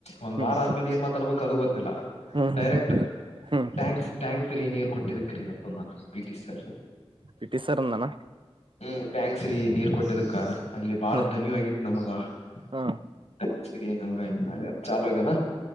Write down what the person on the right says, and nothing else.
ಹ್ಮ್
ಹ್ಮ್ ಹ್ಮ್
ಹ್ಮ್
ಹ್ಮ್
ಪಿ ಟಿ ಸರ್ ಅಂದನ.
ಹ
ಹ